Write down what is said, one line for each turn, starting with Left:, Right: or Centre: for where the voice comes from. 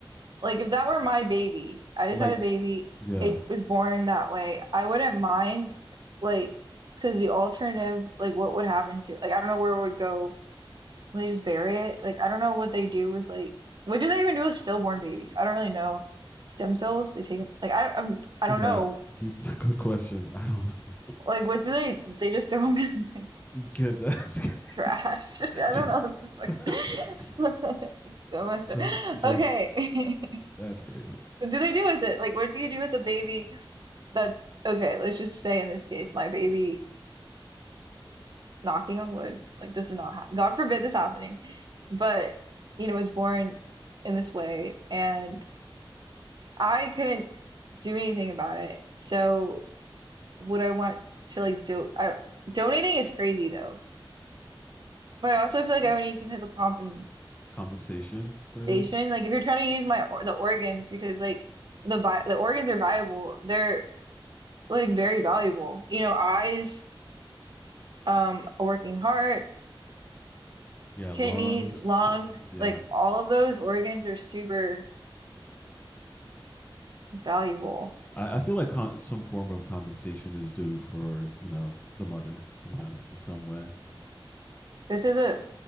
Right: Like if that were my baby, I just
Left: like
Right: had a baby,
Left: yeah,
Right: it was born that way, I wouldn't mind like, cause the alternative, like what would happen to like I don't know where it would go. Will they just bury it? Like I don't know what they do with like what do they even do with stillborn babies? I don't really know. Stem cells, they take them like I I'm, I don't
Left: yeah.
Right: know.
Left: It's <laughs> a good question. I don't know.
Right: Like what do they they just throw them in like
Left: Good. That's
Right: trash.
Left: <laughs>
Right: <laughs> I
Left: just
Right: don't know. That's so fuck-
Left: that's
Right: <laughs> so messed
Left: just
Right: up.
Left: just
Right: Okay. <laughs>
Left: that's crazy.
Right: What do they do with it? Like what do you do with a baby? That's okay. Let's just say in this case, my baby, knocking on wood, like this is not, hap God forbid this happening, but you know, was born in this way, and I couldn't do anything about it. So would I want to like do I, donating is crazy though, but I also feel like
Left: Yeah.
Right: I would need some type of compensation.
Left: Compensation for this?
Right: Like if you're trying to use my or the organs because like the vi the organs are viable, they're like very valuable. You know, eyes, um, a working heart
Left: Yeah,
Right: kidneys,
Left: lungs,
Right: lungs,
Left: kidneys. Yeah,
Right: like all of those organs are super valuable.
Left: I, I feel like con- some form of compensation is due for you know the mother, you know, in some way,
Right: This is a